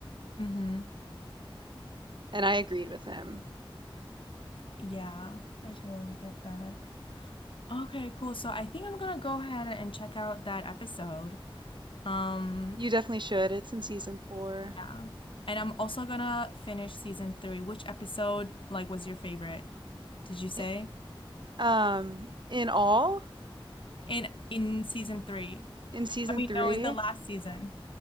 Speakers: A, on the left (about 65°); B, on the right (about 55°).
A: Mm-hmm.
B: And I agreed with him.
A: Yeah, I totally get that. Okay, cool. So I think I'm gonna go ahead and check out that episode. Um,
B: You definitely should. It's in season four.
A: yeah. And I'm also gonna finish season three. Which episode like was your favorite? Did you say?
B: I- Um, in all,
A: In in season three.
B: in season
A: I mean,
B: three,
A: no, in the last season.